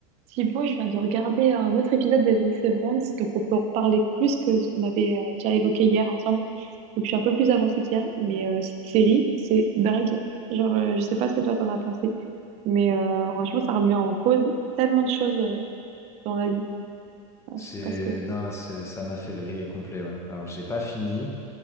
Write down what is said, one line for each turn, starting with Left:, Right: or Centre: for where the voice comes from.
Right: Thibaut, je viens de regarder un autre épisode des The Severance, donc on peut en reparler plus que ce qu'on avait euh, déjà évoqué hier ensemble. Donc je suis un peu plus avancée qu'hier, mais euh, cette série, c'est dingue. Genre, euh, je sais pas ce que toi t'en as pensé, mais euh, franchement, ça remet en cause tellement de choses euh, dans la vie. Enfin,
Left: C'est,
Right: je sais pas ce que.
Left: non, c'est, ça m'a fait vriller complet, ouais. Alors, j'ai pas fini